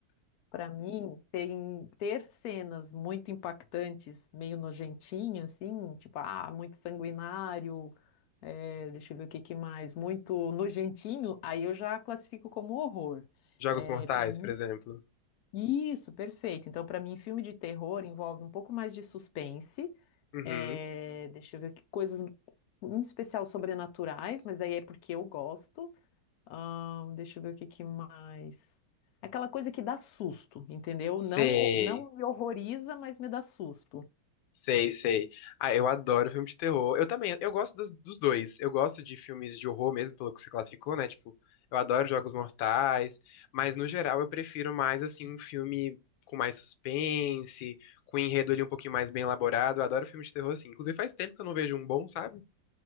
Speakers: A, on the left (about 70°); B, on the left (about 85°).
A: Pra mim, tem ter cenas muito impactantes, meio nojentinhas, assim, tipo, ah, muito sanguinário, é, deixa eu ver o que que mais, muito nojentinho, aí eu já classifico como horror.
B: <laughs> Jogos
A: É,
B: Mortais,
A: para mim
B: por exemplo.
A: Isso, perfeito. Então, para mim, filme de terror envolve um pouco mais de suspense.
B: Uhum.
A: eh, Deixa eu ver que coisas, em especial sobrenaturais, mas daí é porque eu gosto. Ahn, deixa eu ver o que que mais. Aquela coisa que dá susto, entendeu?
B: Sei.
A: Não, não me horroriza, mas me dá susto.
B: Sei, sei. Ah, eu adoro filme de terror. Eu também, eu gosto dos, dos dois. Eu gosto de filmes de horror mesmo, pelo que você classificou, né? Tipo, eu adoro Jogos Mortais, mas no geral eu prefiro mais, assim, um filme com mais suspense, com enredo ali um pouquinho mais bem elaborado. Eu adoro filme de terror, assim. Inclusive faz tempo que eu não vejo um bom, sabe?